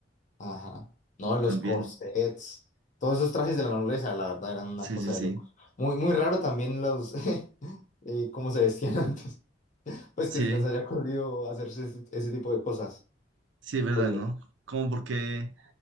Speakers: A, on the left (about 45°); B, on the right (about 75°).
A: ajá, no, los
B: También.
A: corsets, todos esos trajes de la nobleza, la verdad, eran una
B: Sí,
A: cosa
B: sí, sí.
A: de locos. Muy, muy raro también los, <laughs> eh, cómo se vestían <laughs> antes, pues
B: Sí,
A: que se les haya ocurrido hacerse ese ese tipo de cosas,
B: sí, es verdad,
A: curioso,
B: ¿no? Como porque